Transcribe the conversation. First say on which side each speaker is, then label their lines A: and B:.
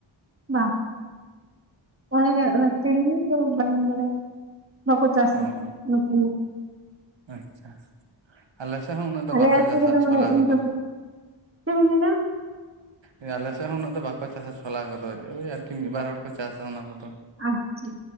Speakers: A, on the right; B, on the right.
A: ᱵᱟᱦ᱾ ᱚᱱᱮ ᱚᱱᱮ ᱛᱤᱞᱢᱤᱧ ᱫᱚ ᱵᱟᱞᱤᱧ ᱵᱟᱲᱟᱭᱟ ᱵᱟᱠᱚ ᱪᱟᱥᱟ
B: ᱚ ᱚ
A: ᱱᱚᱛᱮ ᱱᱚ᱾
B: ᱟᱪᱪᱷᱟ᱾ ᱟᱞᱮ ᱥᱮᱜ ᱦᱚᱸ ᱩᱱᱟᱹᱜ ᱫᱚ
A: ᱟᱞᱮ
B: ᱵᱟᱠᱚ
A: ᱟᱹᱛᱩ
B: ᱪᱟᱥᱟ
A: ᱨᱮᱫᱚ ᱢᱟᱱᱮ
B: ᱪᱷᱚᱞᱟ
A: ᱤᱧ
B: ᱠᱚᱫᱚ᱾
A: ᱫᱚ ᱪᱮᱫ ᱵᱤᱱ ᱞᱟᱹᱭᱫᱟ
B: ᱳᱭ ᱟᱞᱮ ᱥᱮᱫ ᱦᱚᱸ ᱩᱱᱟᱹᱜ ᱫᱚ ᱵᱟᱠᱚ ᱪᱟᱥᱟ ᱪᱷᱳᱞᱟ ᱠᱚᱫᱚ, ᱳᱭ ᱟᱨᱠᱤ ᱢᱤᱫ ᱵᱟᱨ ᱦᱚᱲ ᱠᱚ ᱪᱟᱥᱟ ᱚᱱᱟ ᱠᱚᱫᱚ᱾
A: ᱟᱪᱪᱷᱟ